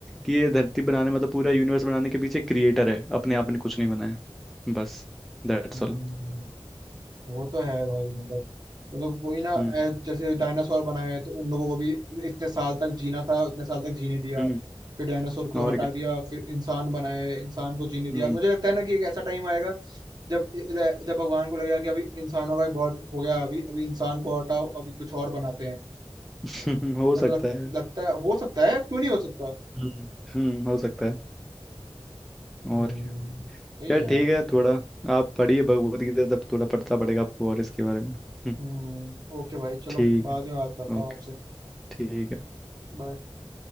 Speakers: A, in the centre; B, on the right (about 45°).
A: कि ये धरती बनाने मतलब पूरा यूनिवर्स बनाने के पीछे क्रिएटर है अपने आप ने कुछ नहीं बनाया बस दैट्स
B: हम्म
A: ऑल
B: वो तो है भाई मतलब मतलब वही ना
A: हम्म
B: ऐ- जैसे डायनासोर बनाए हैं, तो उन लोगों को भी इतने साल तक जीना था इतने साल तक जीने दिया
A: हम्म
B: फिर डायनासोर को
A: और
B: हटा
A: क्या
B: दिया फिर इंसान बनाए इंसान को जीने दिया
A: हम्म
B: मुझे लगता है ना कि एक ऐसा टाइम आएगा जब जब भगवान को लगेगा कि अभी इंसानों का भी बहुत हो गया अभी अभी इंसान को हटाओ अभी कुछ और बनाते हैं
A: हम्म <laughs> हो सकता
B: ऐसा लग,
A: है
B: लगता है हो सकता है क्यों नहीं हो सकता
A: हम्म हम्म हो सकता है
B: हम्म
A: और क्या
B: सही
A: यार
B: है यार
A: ठीक है थोड़ा आप पढ़िए भगवत गीता तब थोड़ा पढ़ता पड़ेगा आपको और इसके बारे में हम्म,
B: हम्म ओके भाई चलो
A: ठीक
B: बाद में बात
A: है
B: करता
A: ओके
B: हूँ आपसे
A: ठीक है
B: बाय